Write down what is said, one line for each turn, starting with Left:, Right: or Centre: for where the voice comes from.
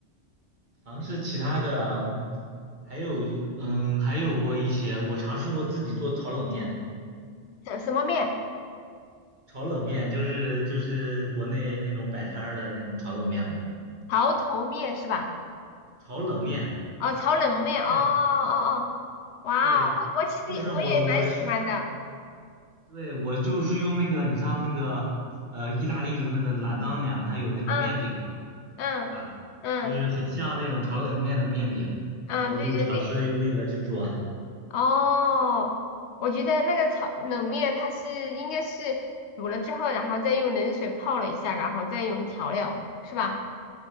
Right: 尝试其他的，嗯还有一嗯，还有过一些，我尝试过自己做炒冷面。
Left: 什什么面？
Right: 炒冷面就是就是国内那种摆摊儿的那种炒冷面嘛，
Left: 潮头面是吧？
Right: 炒冷面，
Left: 哦，炒冷面，
Right: 对
Left: 哦哦哦，哇哦，
Right: 对，
Left: 我我其实也我也蛮喜欢的，
Right: 就是就是我我是对我就是用那个你像那个呃意大利的那个拉扎尼亚，它有那种面饼嘛，
Left: 嗯嗯嗯
Right: 对吧？就是很像那种炒冷面的面饼，
Left: 嗯，
Right: 然后就尝试用那个去做。
Left: 对对哦，我觉得那个炒冷面它是应该是煮了之后，然后再用冷水泡了一下，然后再用调料，是吧？